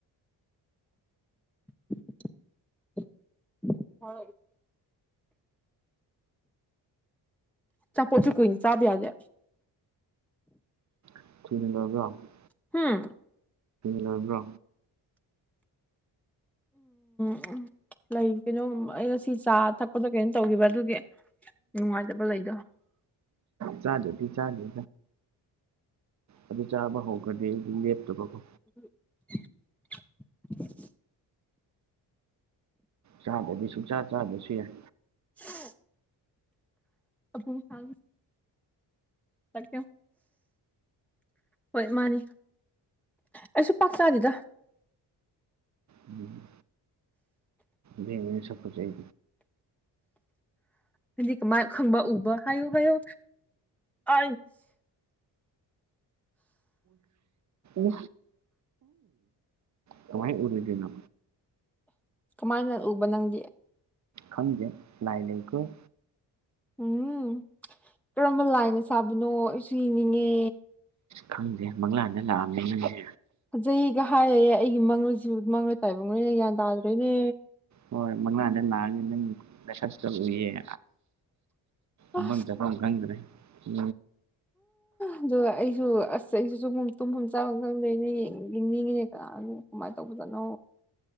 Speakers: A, in the centre; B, on the right.
A: <inaudible> ꯆꯞꯄꯣꯠꯁꯨ ꯀꯨꯏꯅ ꯆꯥꯕ ꯌꯥꯗꯦ
B: <unintelligible>
A: ꯍꯨꯝ
B: ꯀꯕ꯭ꯔꯣ
A: ꯎꯝ ꯂꯩ ꯀꯩꯅꯣꯝ ꯑꯩꯅ ꯁꯤ ꯆꯥ ꯊꯛꯄꯗꯣ ꯀꯩꯅꯣ ꯇꯧꯈꯤꯕ ꯑꯗꯨꯒꯤ ꯅꯨꯡꯉꯥꯏꯖꯕ ꯂꯩꯗꯣ
B: ꯆꯂꯗꯤ ꯆꯥꯗ ꯑꯗꯨ ꯆꯥꯕ ꯍꯧꯒ꯭ꯔꯅꯤ ꯑꯩ ꯑꯗꯨ ꯂꯦꯞꯇꯕꯀꯣ
A: <unintelligible>
B: ꯆꯥꯗꯗꯤꯁꯨ ꯆꯥ ꯆꯥꯕꯁꯨ ꯌꯥꯏ
A: ꯎ ꯑ ꯐ ꯆ ꯍꯣꯏ ꯃꯥꯅꯤ ꯑꯩꯁꯨ ꯄꯥꯛꯆꯥꯥꯗꯤꯗ
B: ꯎꯝ ꯚ ꯃꯤ ꯁꯛꯄ ꯆꯩ
A: ꯍꯥꯏꯗꯤ ꯀꯃꯥꯏ ꯈꯪꯕ ꯎꯕ ꯍꯥꯏꯌꯨ ꯍꯥꯏꯌꯨ ꯑ
B: ꯎ ꯇꯃꯥꯏ ꯎꯔꯗꯅꯣ
A: ꯀꯃꯥꯏꯅ ꯎꯕ ꯅꯪꯗꯤ
B: ꯈꯪꯖ ꯂꯥꯏ ꯂꯩꯈ
A: ꯎꯝ ꯀꯔꯝꯕ ꯂꯥꯏꯅ ꯁꯥꯕꯅꯣ ꯑꯩꯁꯨ ꯏꯅꯤꯡꯉꯦ
B: ꯈꯪꯗꯦ ꯃꯪꯂꯥꯟꯗ ꯂꯥꯛꯑꯝꯅꯤꯪꯁꯦ
A: ꯐꯖꯩꯒ ꯍꯥꯏꯔꯌꯦꯦ ꯑꯩꯒꯤ ꯃꯪꯣꯏꯁꯨ ꯃꯪꯣꯏ ꯇꯥꯏꯕꯪꯈꯣꯏꯅꯦ ꯒ꯭ꯌꯥꯟ ꯇꯥꯗ꯭ꯔꯣꯏꯅꯦ
B: ꯍꯣꯏ ꯃꯪ ꯑꯗ ꯂꯁꯥꯁ ꯂꯏ
A: ꯑꯁ
B: ꯏꯃ ꯆꯄꯪ꯭ꯔꯦ ꯎ
A: ꯑꯗ ꯑꯩꯁꯨ ꯑꯁ ꯑꯩꯁꯨ ꯁ ꯇꯨꯝꯐꯝꯨꯝ ꯆꯥꯕ ꯈꯪꯗꯣꯏꯩꯅ ꯌꯦꯡꯅꯤꯡꯉꯤꯅꯦꯀꯣ ꯑꯗꯨ ꯀꯃꯥꯏꯅ ꯇꯧꯕꯖꯠꯅꯣ